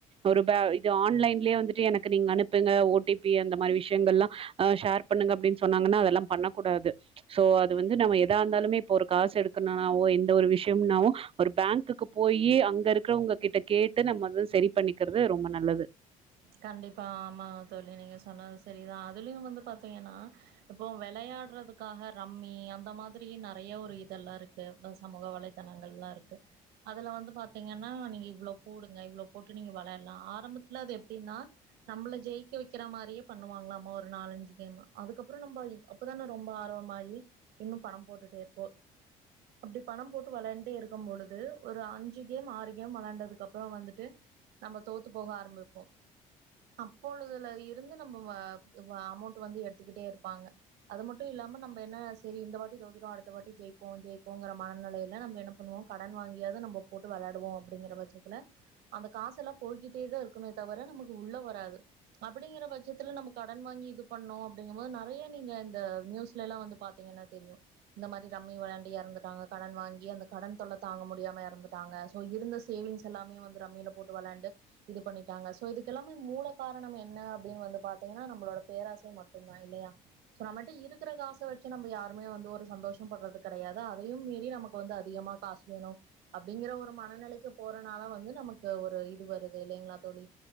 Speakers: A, on the right (about 35°); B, on the right (about 70°).
A: ஒரு ப இது ஆன்லைன்லயே வந்துட்டு எனக்கு நீங்க அனுப்புங்க ஓடிபி அந்த மாதிரி விஷயங்கெல்லாம் அ ஷேர் பண்ணுங்க அப்டின்னு சொன்னாங்கன்னா அதெல்லாம் பண்ணக்கூடாது சோ அது வந்து நம்ம எதா இருந்தாலுமே இப்போ ஒரு காசு எடுக்கணும்னாவோ எந்த ஒரு விஷயம்னாவோ ஒரு பேங்குக்கு போயி அங்க இருக்கிறவங்க கிட்ட கேட்டு நம்ம சரி பண்ணிக்கிறது ரொம்ப நல்லது
B: கண்டிப்பா ஆமா தோழி நீங்க சொன்னது சரிதான் அதுலயும் வந்து பாத்தீங்கன்னா இப்போ விளையாடுறதுக்காக ரம்மி அந்த மாதிரி நிறைய ஒரு இதெல்லாம் இருக்கு சமூக வலைத்தளங்கள்லாம் இருக்கு அதுல வந்து பாத்தீங்கன்னா நீங்க இவ்வளோ போடுங்க இவ்வளவு போட்டு நீங்க விளையாடலாம் ஆரம்பத்துல அது எப்டின்னா நம்பள ஜெயிக்க வைக்கிற மாரியே பண்ணுவாங்களாமா ஒரு நாலஞ்சு கேம் அதுக்கப்புறம் நம்ப அப்பதானே ரொம்ப ஆர்வமாகி இன்னும் பணம் போட்டுட்டே இருப்போம் அப்டி பணம் போட்டு விளையாண்டே இருக்கும் பொழுது ஒரு அஞ்சு கேம் ஆறு கேம் விளையாண்டதுக்கு அப்புறம் வந்துட்டு நம்ம தோத்து போக ஆரம்பிப்போம் அப்பொழுதுல இருந்து நம்ப அமௌண்ட் வந்து எடுத்துக்கிட்டே இருப்பாங்க அது மட்டும் இல்லாம நம்ப என்ன சரி இந்த வாட்டி தோத்துட்டோம் சரி அடுத்த வாட்டி ஜெயிப்போம் ஜெயிப்போங்கிற மனநிலையில நம்ம என்ன பண்ணுவோம் கடன் வாங்கியாவது நம்ப போட்டு விளையாடுவோம் அப்படிங்கிற பட்சத்துல அந்த காச எல்லாம் போய்கிட்டே தான் இருக்குமே தவர நமக்கு உள்ள வராது அப்படிங்கற பட்சத்துல நம்ப கடன் வாங்கி இது பண்ணோம் அப்டிங்கும் போது நிறைய நீங்க இந்த ந்யூஸ்லெல்லா வந்து பாத்திங்கனா தெரியும் இந்த மாரி ரம்மி விளையாண்டு இறந்துட்டாங்க கடன் வாங்கி அந்த கடன் தொல்ல தாங்க முடியாம இறந்துட்டாங்க சோ இருந்த சேவிங்ஷ் எல்லாமே ரம்மியில போட்டு விளையாண்டு இது பண் ட்டாங்க ஸோ இதுக்கெல்லாமே மூல காரணம் என்ன அப்படின்னு வந்து பாத்தீங்கன்னா நம்மளோட பேராசை மட்டும தான் இல்லையா சோ நம்மட்ட இருக்குற காஸ் ச வெச்சு நம்ம யாருமே வந்து ஒரு சந்தோஷம் படுறது கடையது அதையு மீறி நமக்கு வந்து அதிகமா காசு வேணு அப்டிங்கற ஒரு மனநெலைக்கு போறனால வந்து நமக்கு ஒரு இது வருது இல்லைங்ளா தோழி